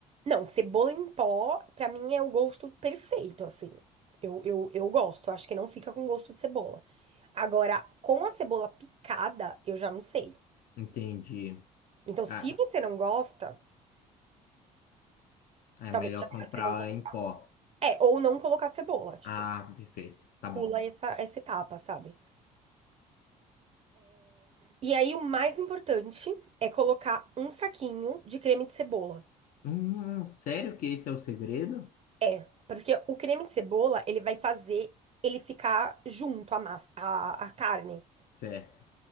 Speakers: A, on the right; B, on the left.
A: Não, cebola em pó, pra mim é o gosto perfeito, assim. Eu, eu, eu gosto, acho que não fica com gosto de cebola. Agora, com a cebola picada, eu já não sei.
B: Entendi.
A: Então,
B: Ah,
A: se você não gosta,
B: é
A: talvez
B: melhor
A: seja
B: comprar
A: melhor você não colocar.
B: em pó.
A: É, ou não colocar cebola, tipo,
B: Ah, perfeito. Tá bom.
A: pula essa, essa etapa, sabe? E aí, o mais importante é colocar um saquinho de creme de cebola.
B: Hum, sério que esse é o segredo?
A: É, porque o creme de cebola, ele vai fazer ele ficar junto à massa, à, à carne.
B: Certo.